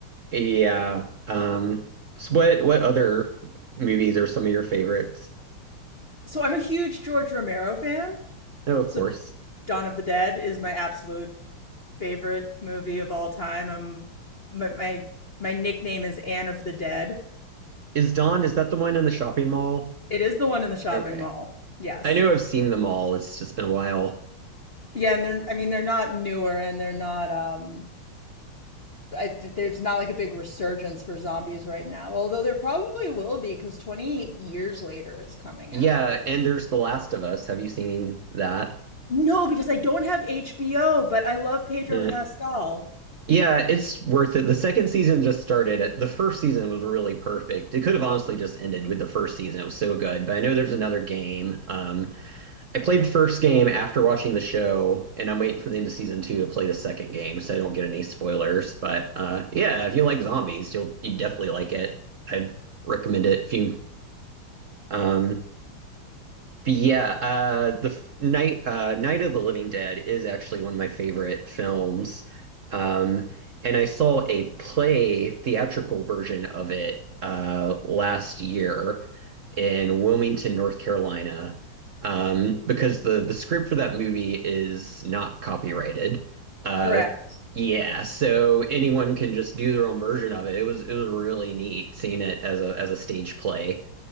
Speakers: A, on the right; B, on the left.
A: Yeah. Um so what what other movies are some of your favorites?
B: So, I'm a huge George Romero fan.
A: Oh, of
B: So,
A: course.
B: Dawn of the Dead is my absolute favorite movie of all time. Um, my, my my nickname is Anne of the Dead.
A: Is Dawn, is that the one in the shopping mall?
B: It is the one in the shopping
A: Okay.
B: mall. Yes.
A: I know I've seen them all. It's just been a while.
B: Yeah, and they're I mean they're not newer and they're not um I, there's not like a big resurgence for zombies right now. Although there probably will be because 28 years later is coming
A: Yeah,
B: out.
A: and there's The Last of Us. Have you seen that?
B: No, because I don't have HBO, but I love Pedro
A: Eh.
B: Pascal.
A: Yeah, it's worth it. The second season just started. It- The first season was really perfect. It could have honestly just ended with the first season. It was so good. But I know there's another game. Um, I played the first game after watching the show, and I'm waiting for the end of season two to play the second game, so I don't get any spoilers. But uh, yeah, if you like zombies, you'll you definitely like it. I'd recommend it if you um, But yeah, uh, the f- Night uh, Night of the Living Dead is actually one of my favorite films, um, and I saw a play theatrical version of it uh, last year in Wilmington, North Carolina, um, because the the script for that movie is not copyrighted. Uh,
B: Correct.
A: yeah, so anyone can just do their own version of it. It was it was really neat seeing it as a as a stage play.